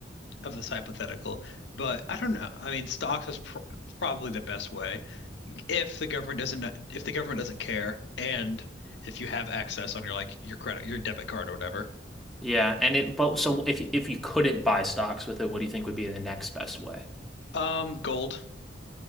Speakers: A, on the left; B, in the centre.
A: of this hypothetical, but I don't know. I mean, stocks is pr probably the best way if the government doesn't if the government doesn't care and if you have access on your like your credit, your debit card or whatever.
B: yeah, and it but so if you- if you couldn't buy stocks with it, what do you think would be the next best way?
A: Um, gold,